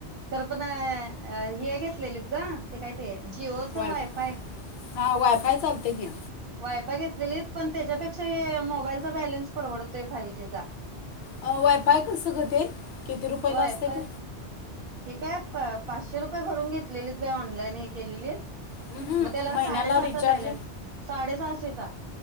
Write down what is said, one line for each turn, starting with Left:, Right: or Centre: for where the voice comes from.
Right: तर म नाय हे घेतलेलीत ग ते काय ते? जिओच
Left: वाय
Right: वायफाय
Left: हा वायफाय चालतय की.
Right: वायफाय घेतलेलीत पण त्याच्यापेक्षा ए मोबाईलचा बॅलन्स परवडतोय फाइव जीचा.
Left: अ वायफाय कसं ग ते? किती रुपयाला
Right: वायफाय
Left: असते ते
Right: इकाय पा पाचशे रुप पये फक्त भरून घेतलेलीत बाई ऑनलाईन हे केलेलीत.
Left: अ हं
Right: मग त्याला
Left: महिन्याला
Right: साडेसहाचा
Left: रिचार्ज,
Right: बॅलन्स साडेसहाशेचा